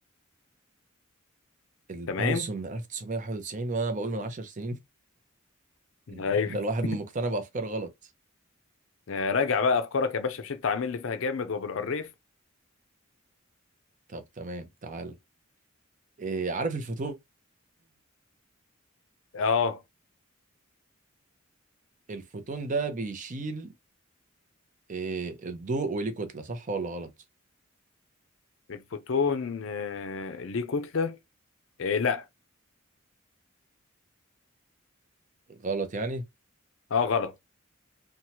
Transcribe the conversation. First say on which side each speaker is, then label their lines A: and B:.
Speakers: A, on the right (about 35°); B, on the left (about 65°).
A: البايثون
B: تمام
A: من 1991 وانا بقول من 10 سنين
B: ايوه
A: <laughs> ده
B: <laughs>
A: الواحد مقتنع بافكار غلط
B: آه، راجع بقى افكارك يا باشا مش انت عامل لي فيها جامد وابو العريف
A: طب تمام تعال إيه عارف الفوتون
B: اه
A: الفوتون ده بيشيل إيه الضوء وليه كتلة صح ولا غلط
B: الفوتون آه، ليه كتلة آه، لا
A: غلط يعني
B: اه غلط